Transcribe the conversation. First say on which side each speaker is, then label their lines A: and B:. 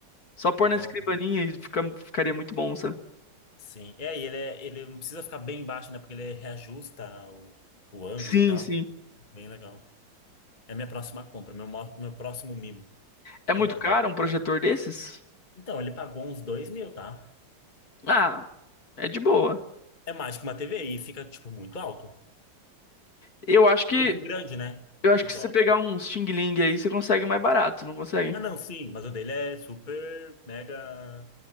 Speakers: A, on the left; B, on the left.
A: Só pôr
B: Nossa,
A: na escrivaninha e fica- ficaria muito bom, sabe?
B: sim. É, e ele, é, ele não precisa ficar bem baixo, né, porque ele reajusta o, o ângulo
A: Sim,
B: e tal.
A: sim.
B: Bem legal. É a minha próxima compra, meu, mo- meu próximo mimo
A: É muito
B: de lazer.
A: caro um projetor desses?
B: Então, ele pagou uns dois mil, tá?
A: Ah, é de boa.
B: É mais que uma TV e fica, tipo, muito alto.
A: Eu acho que
B: Muito grande, né?
A: eu acho
B: Tipo,
A: que se
B: ó,
A: você pegar um Xing Ling aí, você consegue mais barato, não consegue?
B: ah, não, sim, mas o dele é super, mega.